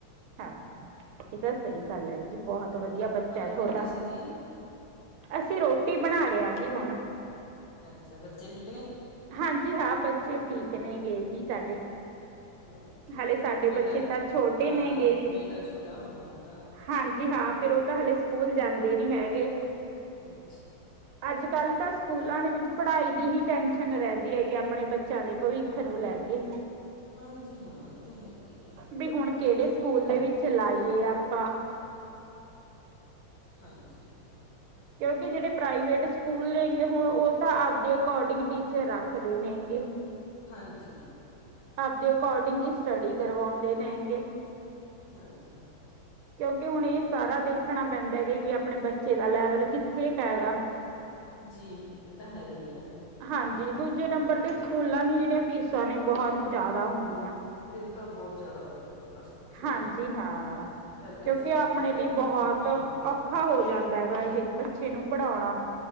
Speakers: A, on the right; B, on the left.
A: ਹਾਂ ਏ ਤਾਂ ਸਈ ਗੱਲ ਐ। ਜੀ ਬਹੁਤ ਵਧੀਆ
B: ਹੋਰ ਆਪਾਂ
A: ਬੱਚਾ ਹੈ
B: ਕੀ ਕਰ
A: ਤੁਆਡਾ।
B: ਰਹੇ ਸੀ ਜੀ
A: ਅਸੀਂ ਰੋਟੀ ਬਣਾ ਰੇ ਆ ਜੀ ਹੁਣ।
B: ਅੱਛਾ, ਬੱਚੇ ਠੀਕ ਨੇ?
A: ਹਾਂਜੀ ਹਾਂ, ਬੱਚੇ ਠੀਕ ਨੇ ਗੇ ਜੀ ਸਾਡੇ।
B: ਹਾਂ
A: ਹਲੇ ਸਾਡੇ
B: ਬੇਟਾ
A: ਬੱਚੇ ਤਾਂ ਛੋਟੇ
B: ਹਾਂ
A: ਨੇਗੇ।
B: ਬੇਟਾ ਛੋਟਾ ਹੋਣਾ ਤੁਹਾਡਾ
A: ਹਾਂਜੀ ਹਾਂ, ਫੇਰ ਓ ਤਾਂ ਹਲੇੇ ਸਕੂਲ ਜਾਂਦੇ ਨੀ ਹੈਗੇ।
B: ਅੱਛਾ।
A: ਅੱਜ ਕੱਲ੍ਹ ਤਾਂ ਸਕੂਲਾਂ ਦੇ ਵਿੱਚ ਪੜ੍ਹਾਈ ਦੀ ਹੀ ਟੈਸ਼ਨ ਰੈਂਦੀ ਹੈਗੀ ਅਪਣੇ ਬੱਚਿਆਂ ਦੇ ਭਵਿੱ ਖ ਨੂੰ ਲੈ ਕੇ।
B: ਹਾਂਜੀ ਹਾਂ, ਏ ਤਾਂ ਹੈਗਾ ਹੀ ਐ।
A: ਵੀ ਹੁਣ ਕੇੜੇ ਸਕੁ ਸਕੂਲ ਦੇ ਵਿੱਚ ਲਾਈਏ ਆਪਾਂ।
B: ਹਾਂਜੀ।
A: ਕਿਉਂਕਿ ਜੇੜੇ ਪ੍ਰਾਈਵੇਟ ਸਕੂਲ ਨੇਗੇ ਹੁਣ ਓ ਤਾਂ ਆਪਦੇ ਅਕੋਰਡਿੰਗ ਟੀਚਰ ਰੱਖਦੇ ਨੇਗੇ।
B: ਹਾਂਜੀ।
A: ਆਪਦੇ ਅਕੋਰਡਿੰਗ ਈ ਸਟੱਡੀ ਕਰਵਾਉਂਦੇ ਨੇ ਹੈਗੇ।
B: ਹਾਂਜੀ- ਹਾਂਜੀ।
A: ਕਿਉਂਕਿ ਹੁਣ ਏ ਸਾਰਾ ਦੇਖਣਾ ਪੈਂਦਾ ਐ ਕਿ ਵੀ ਆਪਣੇ ਬੱਚੇ ਦਾ ਲੈਵਲ ਕਿੱਥੇ ਕ ਹੈਗਾ।
B: ਜੀ, ਏ ਤਾਂ ਹੈਗਾ ਈ ਐ।
A: ਹਾਂਜੀ, ਦੂਜੇ ਨੰਬਰ ਤੇ ਸਕੂਲਾਂ ਦੀ ਜੇੜੀਆਂ ਫੀਸਾਂ ਨੇ ਬਹੁਤ ਜਾਦਾ ਹੁੰਦੀ।
B: ਏ ਤਾਂ ਬਹੁਤ ਜਾਦਾ ਹੋਗੀਆਂ ਜੀ ਬਸ ਪੁੱਛੋ
A: ਹਾਂਜੀ,
B: ਨਾ
A: ਹਾਂ।
B: ਪਹਿਲਾਂ
A: ਕਿਉਂਕਿ
B: ਹੀ ਸੀ ਬੱਚੇ
A: ਅਪਣੇ ਲਈ
B: ਘੱਟ
A: ਬਹੁਤ
B: ਫੀਸ ਤੇ ਉਹ ਹੋ ਜਾਂਦਾ
A: ਔਖਾ ਹੋ ਜਾਂਦਾ ਹੈਗਾ ਇਹ ਬੱਚੇ ਨੂੰ ਪੜ੍ਹਾਉਣਾ।